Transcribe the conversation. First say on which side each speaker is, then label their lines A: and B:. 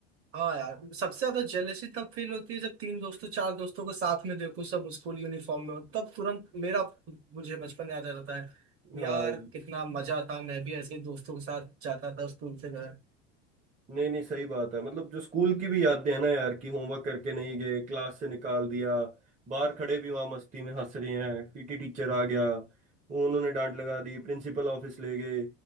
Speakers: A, on the right; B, on the right.
A: हाँ यार सबसे ज्यादा जेलसी तब फील होती है जब तीन दोस्तों चार दोस्तों को साथ में देखो सब स्कूल यूनिफॉर्म में हो तब तुरंत मेरा मुझे बचपन याद आ जाता है
B: हाँ
A: यार कितना मजा था मैं भी ऐसे ही दोस्तों के साथ जाता था स्कूल से घर
B: नहीं नहीं सही बात है मतलब जो स्कूल की भी यादें हैं ना यार कि होमवर्क करके नहीं गए क्लास से निकाल दिया बाहर खड़े भी वहां मस्ती में हंस रहे हैं पीटी टीचर आ गया उन्होंने डांट लगा दी प्रिंसिपल ऑफिस ले गए